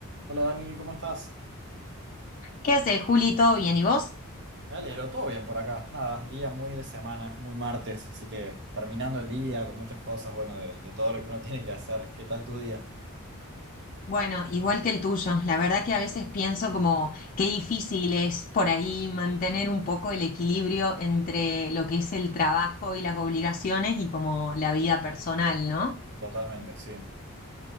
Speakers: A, on the right; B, on the left.
A: Hola Dani, ¿cómo estás?
B: ¿Qué haces, Juli? ¿Todo bien? ¿Y vos?
A: Me alegro, todo bien por acá. Nada, un día muy de semana, muy martes, así que terminando el día con muchas cosas, bueno, de, de todo lo que uno <laughs> tiene que hacer. ¿Qué tal tu día?
B: Bueno, igual que el tuyo. La verdad que a veces pienso como qué difícil es por ahí mantener un poco el equilibrio entre lo que es el trabajo y las obligaciones y como la vida personal, ¿no?
A: Totalmente, sí.